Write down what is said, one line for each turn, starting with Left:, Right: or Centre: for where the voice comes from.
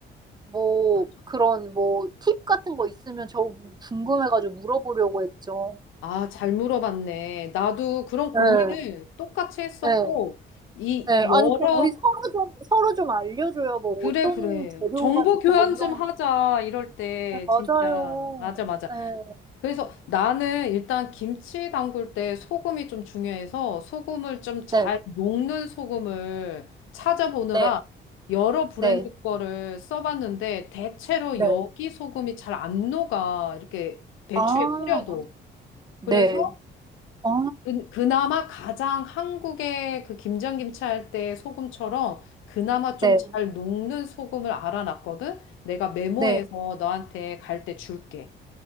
Right: 뭐
Left: 맞아.
Right: 그런 뭐 팁 같은 거 있으면 저 궁금해가지고 물어보려고 했죠.
Left: 아, 잘 물어봤네. 나도 그런 고민을
Right: 네,
Left: 똑같이 했었고,
Right: 네,
Left: 이
Right: 네.
Left: 여러
Right: 아니 그럼 우리 서로 좀 서로 좀 알려줘요. 뭐
Left: 그래,
Right: 어떤
Left: 그래.
Right: 재료가
Left: 정보
Right: 좋고
Left: 교환
Right: 뭐 이런.
Left: 좀 하자, 이럴 때,
Right: 네, 맞아요.
Left: 진짜. 맞아, 맞아.
Right: 네,
Left: 그래서 나는 일단 김치 담글 때 소금이 좀 중요해서 소금을 좀 잘
Right: 네,
Left: 녹는 소금을 찾아보느라
Right: 네,
Left: 여러 브랜드
Right: 네,
Left: 거를 써봤는데 대체로
Right: 네.
Left: 여기 소금이 잘 안 녹아. 이렇게 배추에
Right: 아,
Left: 뿌려도.
Right: 네,
Left: 그래서
Right: 아,
Left: 그- 그나마 가장 한국의 그 김장김치 할 때 소금처럼 그나마 좀
Right: 네,
Left: 잘 녹는 소금을 알아놨거든? 내가 메모해서
Right: 네.
Left: 너한테 갈 때 줄게.